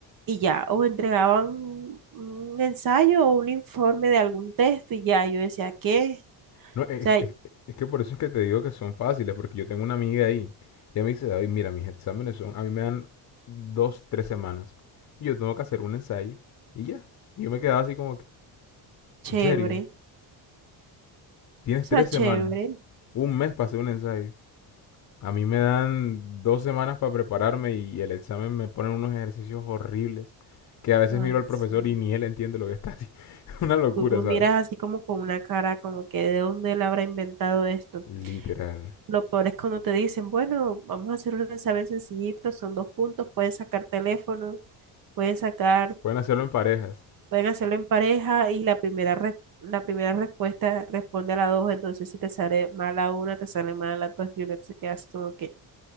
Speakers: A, on the right; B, on the left.
A: y ya, o entregaban un ensayo o un informe de algún texto y ya, yo decía, ¿qué?
B: No, es,
A: O sea,
B: es- es que por eso es que te digo que son fáciles, porque yo tengo una amiga ahí. Y ella me dice, David, mira, mis exámenes son, a mí me dan dos, tres semanas. Y yo tengo que hacer un ensayo. Y ya. Y yo me quedaba así como que,
A: chévere,
B: ¿en serio? Tienes
A: o sea,
B: tres
A: chévere.
B: semanas. Un mes para hacer un ensayo. A mí me dan dos semanas para prepararme y el examen me ponen unos ejercicios horribles. Que a veces
A: Ay,
B: miro al profesor
A: sí.
B: y ni él entiende lo que está haciendo. <laughs> Una locura,
A: Tú lo
B: ¿sabes?
A: miras así como con una cara, como que de dónde él habrá inventado esto.
B: Literal.
A: Lo peor es cuando te dicen, bueno, vamos a hacer un examen sencillito, son dos puntos, pueden sacar teléfono, pueden sacar,
B: Pueden hacerlo en parejas.
A: pueden hacerlo en pareja y la primera, res- la primera respuesta responde a la dos, entonces si te sale mal a una, te sale mal a las dos y una se queda así como que.